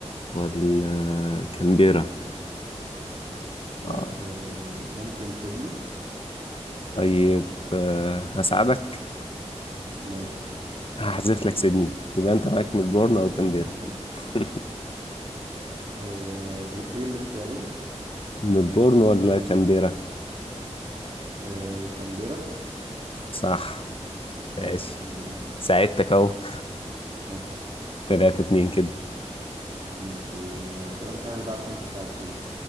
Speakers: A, on the left; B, on the right.
A: ولا كامبيرا
B: لا
A: آه.
B: آه ممكن سيدني
A: طيب آه هساعدك
B: ماشي
A: هحذف لك سيدني يبقى انت معاك ملبورن
B: <laughs>
A: او كامبيرا <laughs>
B: آه ال- ايه الاختيارين
A: ملبورن ولا كامبيرا
B: آه كامبيرا
A: صح
B: طيب
A: ماشي
B: الحمد لله
A: ساعدتك اهو
B: ماشي
A: <laughs> تلاتة اتنين كده
B: ماشي آه سؤال سهل بقى عشان انت ساعدتني